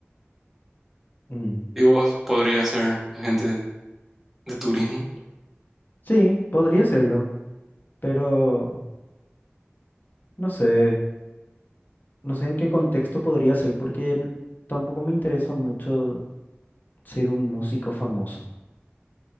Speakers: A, on the left; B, in the centre.
A: Mm.
B: ¿Y vos podrías ser agente de turismo?
A: Sí, podría serlo, pero no sé, no sé en qué contexto podría ser porque n- tampoco me interesa mucho ser un músico famoso.